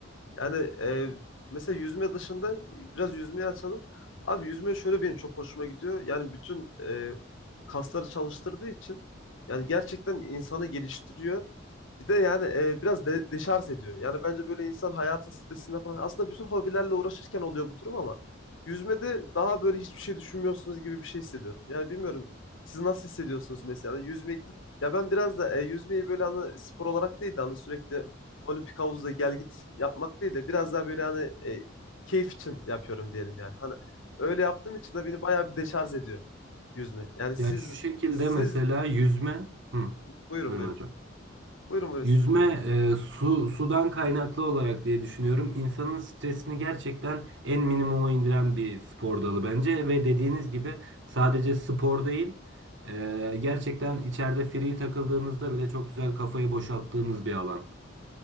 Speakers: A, on the left; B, on the right.
A: Yani e, mesela yüzme dışında biraz yüzmeyi açalım. Abi yüzme şöyle benim çok hoşuma gidiyor. Yani bütün e, kasları çalıştırdığı için yani gerçekten insanı geliştiriyor. Bir de yani e, biraz de, deşarj ediyor. Yani bence böyle insan hayatın stresinden falan aslında bütün hobilerle uğraşırken oluyor bu durum ama yüzmede daha böyle hiçbir şey düşünmüyorsunuz gibi bir şey hissediyorum. Yani bilmiyorum siz nasıl hissediyorsunuz mesela Yani yüzmek ya ben biraz da e, yüzmeyi böyle hani spor olarak değil de hani sürekli olimpik havuzda gel git yapmak değil de biraz daha böyle hani e, keyif için yapıyorum diyelim yani. Hani öyle yaptığım için de beni bayağı bir deşarj ediyor yüzme. Yani siz
B: Ya şu şekilde
A: siz
B: mesela yüzme, hı,
A: buyurun
B: buyurun
A: buyurun.
B: hocam.
A: Buyurun buyurun
B: Yüzme
A: sizi dinliyorum.
B: e, su sudan kaynaklı olarak diye düşünüyorum. İnsanın stresini gerçekten en minimuma indiren bir spor dalı bence ve dediğiniz gibi sadece spor değil, e, gerçekten içeride free takıldığınızda bile çok güzel kafayı boşalttığınız bir alan.